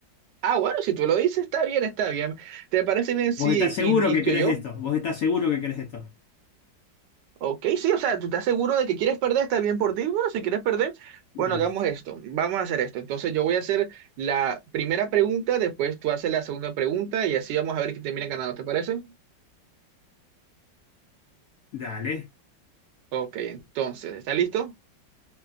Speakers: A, on the right; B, on the left.
A: Ah, bueno, si tú lo dices, está bien, está bien. ¿Te parece bien si
B: ¿Vos estás seguro
A: inicio
B: que querés
A: yo?
B: esto? ¿Vos estás seguro que querés esto?
A: Ok, sí, o sea, tú estás seguro de que quieres perder, está bien por ti. Bueno, si quieres perder,
B: Dale.
A: bueno, hagamos esto, vamos a hacer esto. Entonces yo voy a hacer la primera pregunta, después tú haces la segunda pregunta y así vamos a ver quién termina ganando, ¿te parece?
B: Dale.
A: Ok, entonces, ¿está listo?